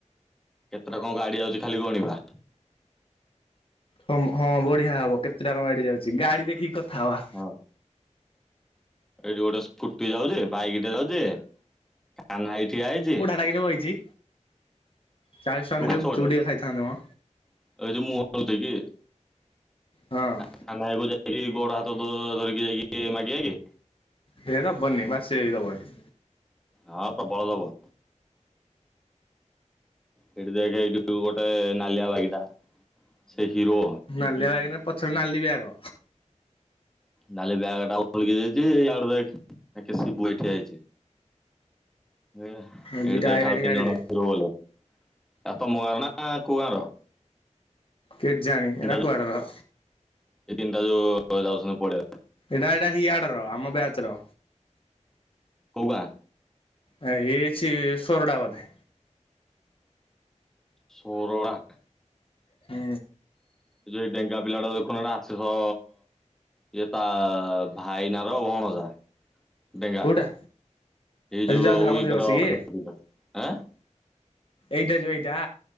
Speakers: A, in the centre; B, on the left.
A: କେତେଟା କଣ ଗାଡ଼ି ଆଉଛି ଖାଲି ଗଣିବା?
B: ହଁ ହଁ ବଢିଆ ହବ, କେତେ ଟଙ୍କା ଗାଡି ଯାଉଛି ଗାଡି ଦେଖିକି କଥା ହବା।
A: ହଁ। ଏଇଠି ଗୋଟେ ସ୍କୁଟି ଯାଉଛି, ବାଇକ ଟେ ଯାଉଛି, କାନାଇ ଠିଆ ହେଇଛି।
B: ଲାଗି ଭଇଛି। ଚାଳିଶ ଟଙ୍କା
A: କୋଉ
B: ଥିଲେ
A: ପଛ
B: ଗୁପଚୁପ
A: ପଟେ
B: ଟିକେ ଖାଇଥାନ୍ତେ ମ।
A: ଏଇ ଯୋଉ ମୁହଁ ହଲୁଠିକି
B: ହଁ ଅଁ।
A: <unintelligible> କୁ ଯାଇକି ଗୋଡ ହାତ ଧରିକି ଯାଇକି ମାଗିବା ଆ କି?
B: ସିଏ ଦବନି <unintelligible>
A: ହଁ ପବଳ ଲୋଭ। ସେଇଠି ଦେଖ ଏଇଠୁ ଗୋଟେ ନାଲିଆ ବାଇକଟା। ସେ ହିରୋ
B: ନାଲିଆ ବାଗ ନା ପଛରେ ନାଲି ବ୍ୟାଗ।
A: ଡାଲି ବ୍ୟାଗ ଟା ଭଲଗି ଯାଇଛିଇ ଏକ ସିିବୁ ଏଠି ଯାଇଛି। ଏଇଠି
B: ଏ ଦିଟା
A: ଦେଖେ
B: ଆଇଲାଣି
A: ଆଉ ତିନି
B: ଗାଡିରେ
A: ଜଣ ଉପରକୁ ଗଲେ, <unintelligible> ତମ ଗାଁର ନା କୋଉ ଗାଁର?
B: କେଜାଣି ଏରା
A: ଯୋଉ
B: କୁଆଡୁ ବା।
A: ଏଇ ତିନିଟା ଯୋଉ ଯାଉଛନ୍ତି ପିବା।
B: ଏଇଟା ଏଇଟା ହିଆଡ ର ଆମ ବ୍ୟାଚ ର।
A: କଉ ଗାଁ?
B: ଆ ହେଛିି ଶୋରଡ଼ା ବଧେ।
A: ସୋରଡ଼ା।
B: ହୁଁ।
A: ସେ ଯଉ ଡେଙ୍ଗା ପିଲା ଟା ଦେଖୁନୁ ହେଟା ଆଶିଷ ଇଏ ତା ଭାଇ ନାର ଭଣଜା। ଡେଙ୍ଗା
B: କୋଉଟା
A: ଏଇ
B: ଏ ଯୋଉ
A: <unintelligible>
B: ଯାଉଥିଲା ମଝିରେ ବସିକି
A: ଆଁ
B: ଏଇଟା ଯୁ ଏଇଟା।